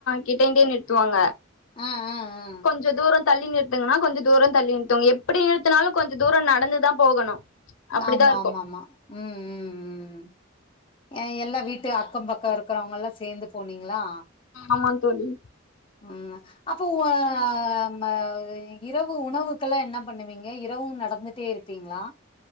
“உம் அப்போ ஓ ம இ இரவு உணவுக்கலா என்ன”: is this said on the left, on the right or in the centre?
Left